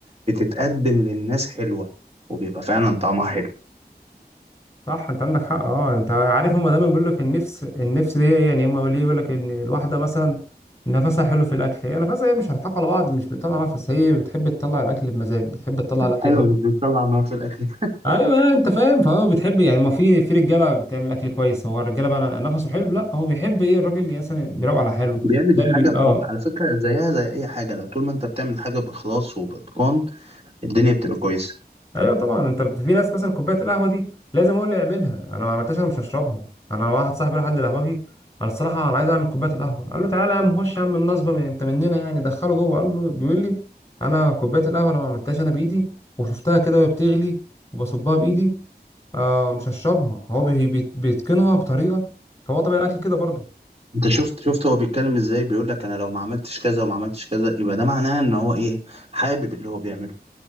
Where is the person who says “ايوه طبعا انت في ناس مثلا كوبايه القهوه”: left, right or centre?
Left